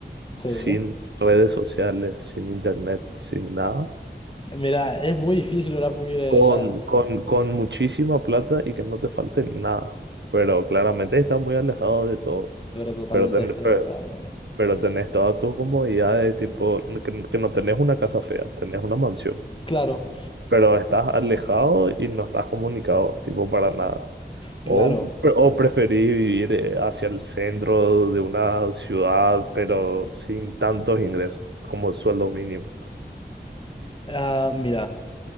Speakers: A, on the left; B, on the right.
A: sí.
B: sin redes sociales, sin internet, sin nada?
A: Mira, es muy difícil, ¿verdad? Porque
B: con,
A: la...
B: con, con muchísima plata y que no te falte nada. Pero claramente estás muy alejado de todo.
A: Pero totalmente
B: Pero, ten-
A: desconectado,
B: pe-
A: ¿no?
B: pero tenés todas tus comodidades, tipo, que, que no tenés una casa fea, tenés una mansión.
A: Claro,
B: Pero estás alejado y no estás comunicado, tipo, para nada.
A: claro.
B: O, pre- o preferís vivir eh, hacia el centro de una ciudad, pero sin tantos ingresos, como el sueldo mínimo.
A: Ah, mira.